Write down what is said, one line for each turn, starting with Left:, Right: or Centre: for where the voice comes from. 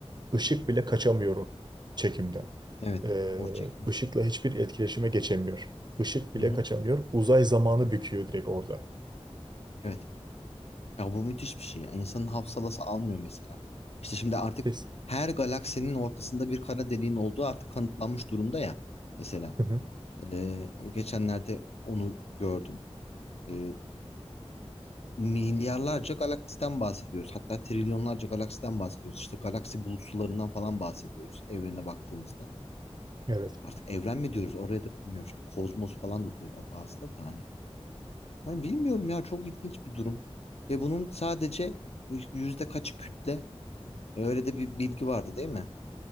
Right: Işık bile kaçamıyorum çekimden.
Left: evet,
Right: Ee,
Left: o çekimden.
Right: ışıkla hiçbir etkileşime geçemiyor. Işık bile
Left: Hı hı,
Right: kaçamıyor. Uzay zamanı büküyor direkt orada.
Left: evet. Ya bu müthiş bir şey ya. İnsanın hafsalası almıyor mesela. İşte şimdi artık
Right: Biz.
Left: her galaksinin ortasında bir kara deliğin olduğu artık kanıtlanmış durumda ya. Mesela
Right: Hı hı.
Left: Eee, geçenlerde onu gördüm. Eee milyarlarca galaksiden bahsediyoruz. Hatta trilyonlarca galaksiden bahsediyoruz. İşte galaksi bulutsularından falan bahsediyoruz evrene baktığımızda.
Right: Evet.
Left: Artık evren mi diyoruz oraya da bilmiyorum. Şimdi kozmos falan da diyorlar bazıları da hani. Hani bilmiyorum ya çok ilginç bir durum. Ve bunun sadece yüzde kaçı kütle? E, Öyle de bir bilgi vardı değil mi?